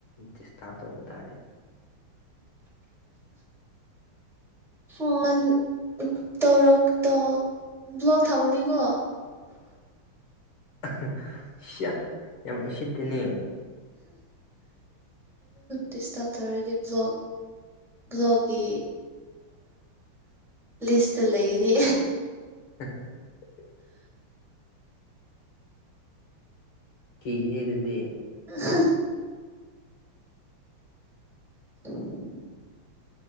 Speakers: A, on the left; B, in the centre.
A: ꯗꯤꯁꯇꯥꯔꯕ ꯇꯧꯕ ꯇꯥꯔꯦ <inaudible>
B: ꯐꯣꯟ ꯑꯝ ꯇꯧꯔꯛꯇꯣ ꯕ꯭ꯂꯒ ꯊꯥꯃꯅꯤꯀꯣ
A: ꯑꯍ ꯁꯤꯌꯦ ꯌꯥꯝ ꯎꯁꯤꯠꯇꯦꯅꯦ
B: ꯗꯤꯁꯇꯕ ꯇꯧꯔꯦꯗꯤ ꯕ꯭ꯂꯣꯛ꯫ ꯕ꯭ꯂꯣꯛꯀꯤ ꯂꯤꯁꯇ ꯂꯩꯒꯅꯤ
A: ꯍꯦ ꯍꯦ ꯀꯤꯒꯤꯍꯦ ꯑꯗꯨꯗꯤ
B: ꯑ <unintelligible> <inaudible>